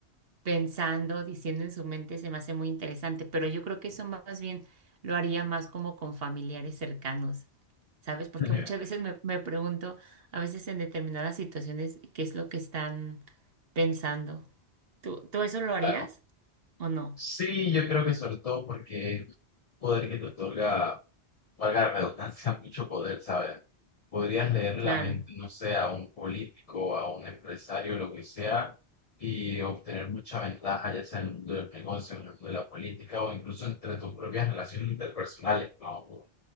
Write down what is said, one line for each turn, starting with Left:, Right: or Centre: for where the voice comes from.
Right: pensando, diciendo en su mente, se me hace muy interesante, pero yo creo que eso más bien lo haría más como con familiares cercanos, ¿sabes? Porque
Left: <laughs>
Right: muchas veces me, me pregunto, a veces en determinadas situaciones, qué es lo que están pensando. ¿Tú, tú eso lo harías
Left: Claro.
Right: o no?
Left: Sí, yo creo que sobre todo porque es un poder que te otorga, valga la redundancia, <laughs> mucho poder, ¿sabes? Podrías leer la
Right: Claro,
Left: mente, no sé, a un político, a un empresario, lo que sea, y obtener mucha ventaja, ya sea en el mundo del negocio, en el mundo de la política o incluso entre tus propias relaciones interpersonales, ¿no?